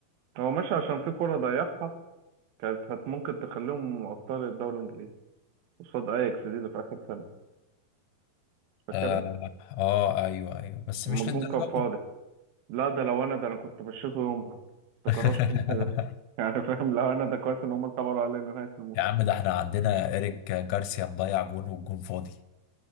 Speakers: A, on the right; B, on the left.
A: هو ماشي عشان في كرة ضيعها كانت هت ممكن تخليهم ابطال الدوري الانجليزي قصاد اياكس دي اللي في اخر سنة فاكرها
B: آه, اه ايوه ايوه بس
A: لما
B: مش
A: الجون
B: للدرجه
A: كان فاضي لا ده لو انا ده انا كنت مشيته يومها كنت
B: <laughs>
A: كرشته كده <laughs> يعني فاهم لو انا ده كويس ان هم صبروا عليه لنهاية الموسم
B: يا عم ده احنا عندنا إيريك جارسيا مضيع جون والجون فاضي